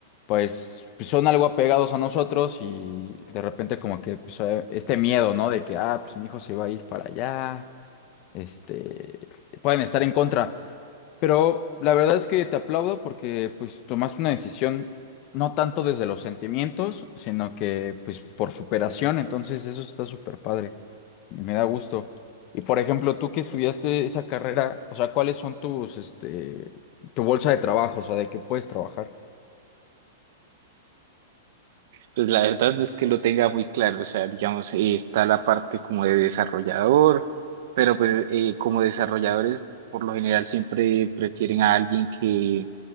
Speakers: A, on the left; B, on the right.
A: pues, pues, son algo apegados a nosotros y de repente como que pues, eh, este miedo, ¿no? De que, ah, pues mi hijo se va a ir para allá, este, pueden estar en contra. Pero la verdad es que te aplaudo porque pues tomaste una decisión no tanto desde los sentimientos, sino que pues por superación, entonces eso está súper padre y me da gusto. Y por ejemplo, tú que estudiaste esa carrera, o sea, ¿cuáles son tus, este, tu bolsa de trabajo, o sea, de qué puedes trabajar?
B: Pues la verdad no es que lo tenga muy claro, o sea, digamos, eh, está la parte como de desarrollador, pero pues eh, como desarrolladores por lo general siempre prefieren a alguien que,